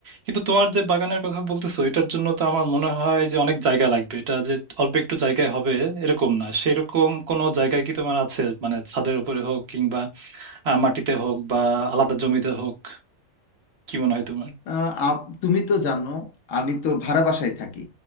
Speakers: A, on the right; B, on the left.
A: কিন্তু তোমার যে বাগানের কথা বলতেছো এটার জন্য তো আমার মনে হয় যে অনেক জায়গা লাগবে এটা যে অল্প একটু জায়গায় হবে এরকম না সেরকম কোনো জায়গায় কি তোমার আছে মানে ছাদের উপরে হোক কিংবা আহ, মাটিতে হোক বা আলাদা জমিতে হোক কি মনে হয় তোমার
B: আহ, আ- তুমি তো জানো আমি তো ভাড়া বাসায় থাকি